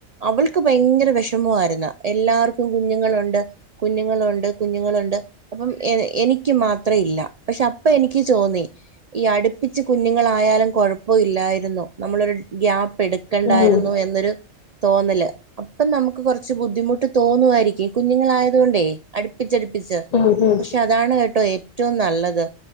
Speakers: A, on the right (about 70°); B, on the left (about 65°).
A: അവൾക്ക് ഭയങ്കര വിഷമാരുന്ന് എല്ലാർക്കും കുഞ്ഞുങ്ങളുണ്ട് കുഞ്ഞുങ്ങളൊണ്ട് കുഞ്ഞുങ്ങള് ണ്ട്‌ അപ്പം എയ് എനിക്ക് മാത്രം ഇല്ല പക്ഷെ അപ്പം എനിക്ക് തോന്നി ഈ അടുപ്പിച്ച് കു ഞ്ഞുങ്ങളായാലും കുഴപ്പൊ ഇല്ലായിരുന്നു നമ്മളൊരു ഗ്യാപ്പ് എടുക്കണ്ടായിരുന്നു
B: ഉം
A: എന്നൊരു തോന്നല് അപ്പം നമുക്ക് കുറച്ച് ബുദ്ധിമുട്ട് തോന്നുവായിരിക്കും കുഞ്ഞുങ്ങളായത് കൊണ്ടേ അടുപ്പിച്ചടു പ്പിച്ച്
B: ഉം ഉം
A: പക്ഷെ അതാണ് കേട്ടോ ഏ റ്റവും നല്ലത്